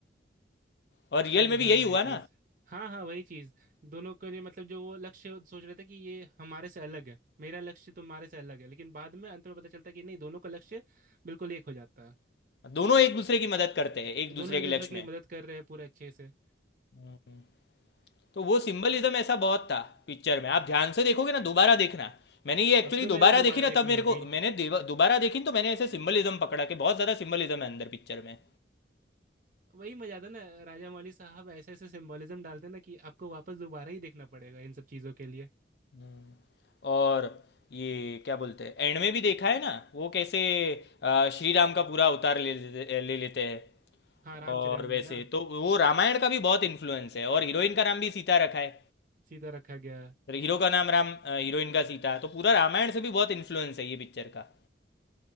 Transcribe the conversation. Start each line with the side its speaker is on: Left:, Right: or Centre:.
Left: और रियल
Right: समझा
Left: में भी यही
Right: मैं
Left: हुआ
Right: ये चीज
Left: ना
Right: हाँ हाँ वही चीज दोनों के लिए मतलब जो वो लक्ष्य सोच रहे थे कि ये हमारे से अलग है मेरा लक्ष्य तुम्हारे से अलग है लेकिन बाद में अंत में पता चलता कि नहीं दोनों का लक्ष्य बिल्कुल एक हो जाता
Left: दोनों एक दूसरे की मदद करते
Right: है
Left: हैं एक दूसरे
Right: दोनों एक
Left: के
Right: दूसरे
Left: लक्ष्य
Right: के
Left: में
Right: लिए मदद कर रहे हैं पूरे अच्छे से
Left: हम्म, तो वो सिंबलिज्म ऐसा बहुत था पिक्चर में आप ध्यान से देखोगे ना दोबारा देखना मैंने ये एक्चुअली
Right: अब तो मेरे
Left: दोबारा
Right: को दोबारा
Left: देखी ना
Right: देखनी
Left: तब मेरे
Right: होगी
Left: को मैंने देव- दोबारा देखी तो मैंने ऐसे सिंबलिज्म पकड़ा कि बहुत ज़्यादा सिंबलिज्म है अंदर पिक्चर में
Right: वही मजा था ना राजा मौली साहब ऐसे ऐसे सिंबोलिज्म डालते ना कि आपको वापस दोबारा ही देखना पड़ेगा इन सब चीज़ों के लिए
Left: हम्म, और ये क्या बोलते हैं एंड में भी देखा है ना वो कैसे अ, श्री राम का पूरा अवतार ले लेते ले लेते हैं
Right: हाँ रामचरण
Left: और वैसे
Right: ना
Left: तो वो रामायण का भी बहुत इन्फ्लुएंस है और हीरोइन का नाम भी सीता रखा है
Right: सीधा रखा गया है।
Left: तो हीरो का नाम राम हीरोइन का सीता तो पूरा रामायण से भी बहुत इन्फ्लुएंस है ये पिक्चर का